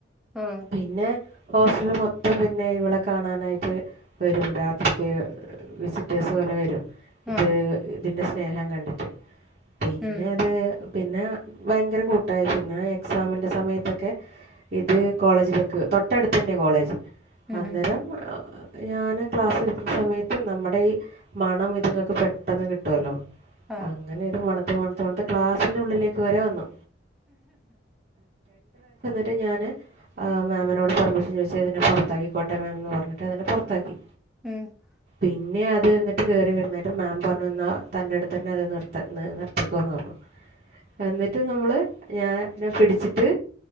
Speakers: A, in the centre; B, on the right.
A: ഉം
B: പിന്നെ ഹോസ്റ്റല മൊത്തം പിന്നെ ഇവളെ കാണാനായിട്ട് വരും രാത്രിക്ക് വിസിറ്റേഴ്സ് പോലെ വരും ഇത്
A: ഉം
B: ഇതിന്റെ സ്നേഹം കണ്ടിട്ട് പിന്നെ
A: ഉം
B: അത് പിന്നെ ഭയങ്കര കൂട്ടായി പിന്നെ എക്സാമിന്റെ സമയത്തൊക്കെ ഇത് കോളേജിലേക്ക് തൊട്ടടുത്ത് തന്നെ കോളേജ്
A: ഉം
B: അന്നേരം
A: ഉം
B: ഞാന് ക്ലാസ് എടുക്കുന്ന സമയത്ത് നമ്മുടെ ഈ മണം ഇതുങ്ങൾക്ക് പെട്ടെന്ന് കിട്ടുവല്ലോ
A: ആ
B: അങ്ങനെ ഇത് മണത്ത മണത്ത മണത്ത് ക്ലാസ്സിന്റെ ഉള്ളിലേക്ക് വരെ വന്നു <unintelligible> ഞാന് മാമിനോട് പെർമിഷൻ ചോദിച്ച ഇതിനെ പോറത്താക്കി കോട്ടെ മാംന്ന് പറഞ്ഞിട്ട് അതിനെ പുറത്താക്കി
A: <unintelligible>
B: പിന്നെ അത് എന്നിട്ട് കയറി വരുന്നായിട്ട് മാം പറഞ്ഞു തന്നാൽ തന്റെ അടുത്ത് തന്നെ അത് നിർ <unintelligible> നിർത്തിക്കുന്ന് പറഞ്ഞു എന്നിട്ട് നമ്മൾ ഞാൻ പിടിച്ചിട്ട്